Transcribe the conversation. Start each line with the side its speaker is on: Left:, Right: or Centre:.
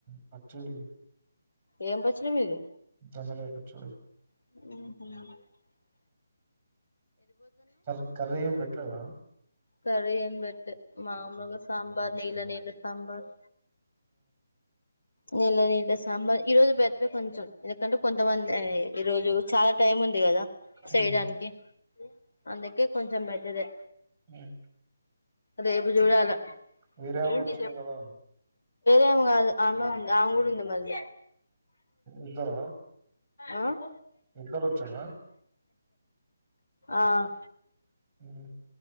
Centre: పచ్చడి
Left: ఏం పచ్చడి మీది
Centre: దొండకాయి పచ్చని
Left: ఉహు
Centre: దాంట్లోకర్రీం పెట్లేవా
Left: కరీ ఏం పెట్లే మామలుగా సాంబార్ నీళ్ళ నీళ్ళ సాంబార్ నీళ్ళ నీళ్ళ సాంబార్ ఈ రోజు బెటర్ కొంచెం ఎందుకంటే కొంతమంది ఈరోజు చాలా. టైం ఉంది కదా చేయడానికి
Centre: మ్మ్
Left: అందుకే కొంచెం బేటరే.
Centre: ఉమ్.
Left: రేపు చూడాలే.
Centre: వేరే ఆమె
Left: ఏంది
Centre: వచ్చింది కదా
Left: ఏం కాదు అమ్మ ఉంది అన్ కూడా ఉంది మరి.
Centre: ఇద్దరా
Left: ఆహ్
Centre: ఇద్దరు వచ్చారా
Left: ఆహ్.
Centre: ఉమ్.